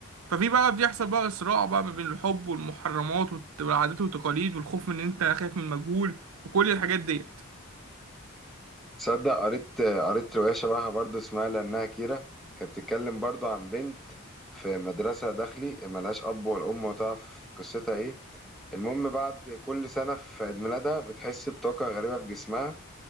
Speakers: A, on the right (about 75°); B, in the centre.
A: ففي بقى بيحصل بقى صراع بقى ما بين الحب والمحرمات والت- والعادات والتقاليد والخوف من إن أنت خايف من المجهول وكل الحاجات ديت
B: تصدق قريت قريت روايه شبهها برضه اسمها لانها كيرة كانت بتتكلم برضه عن بنت في مدرسه داخلي ملهاش اب ولا ام وتعرف قصتها ايه المهم بعد كل سنة في عيد ميلادها بتحس بطاقة غريبة في جسمها